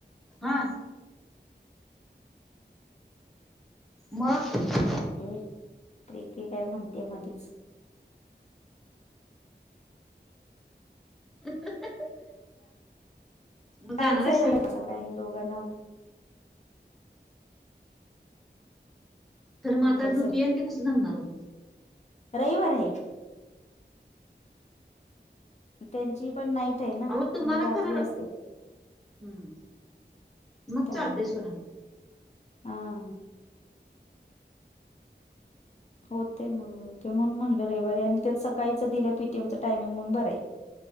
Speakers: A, in the centre; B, on the left (about 40°).
A: हा. मग?
B: ये प्रीती काय म्हणतेय मधीच.
A: <unintelligible> मग जाणार
B: कायच
A: आहेस
B: आहे रायला
A: ना
B: दोघांनाव.
A: तर मग
B: कंपल्सरी
A: आता ड्युटीयेन ते कसं जमणार हो?
B: रविवार हाये. त्यांची पण नाईट आहे ना
A: आव तुम्हाला
B: मग रात्री
A: करर.
B: असते
A: हम्म. मग
B: त्यामुळे
A: चालते सोडा.
B: हा. होतेय मग. ते म्हणून म्हणलं रविवारी. आणि त्यात सकाळीच दिल्या पी टी एम चं टायमिंग म्हणून बरंय.